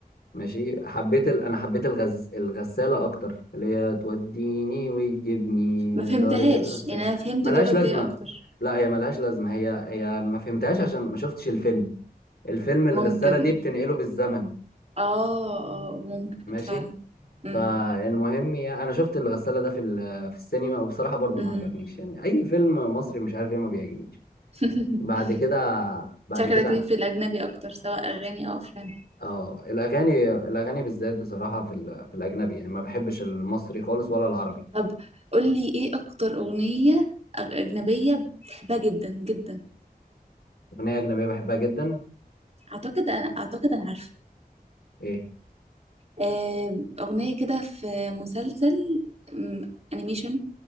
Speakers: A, on the left (about 75°); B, on the right (about 40°).
A: ماشي حبيت ال... انا حبيت الغز... الغساله اكتر اللي هي توديني وتجيبني
B: ما فهمتهاش
A: دارة الغسالة
B: يعني انا فهمت
A: ملهاش
B: دورك
A: لازمه
B: جاي اكتر
A: لا هي ملهاش لازمه هي هي ما فهمتهاش عشان ما شفتش الفيلم الفيلم الغساله
B: ممكن
A: دي بتنقله بالزمن
B: اه اه ممكن
A: ماشي
B: فعلا امم
A: فالمهم يعني انا شفت الغساله ده في ال... في السينما وبصراحه برضو
B: امم
A: ما عجبنيش يعني اي فيلم مصري مش عارف ايه ما بيعجبنيش
B: <laughs>
A: بعد كده بعد
B: شكلك
A: كده
B: ليك في الاجنبي اكتر سواء اغاني او افلام
A: اه الاغاني الاغاني بالذات بصراحه في ال... في الاجنبي يعني ما بحبش المصري خالص ولا العربي
B: طب قولي ايه اكتر اغنية أج- اجنبية بتحبها جدا جدا
A: أغنية أجنبية بحبها جدا
B: اعتقد انا اعتقد انا عارفة
A: إيه
B: آه، اغنية كده في مسلسل أمم، انيميشن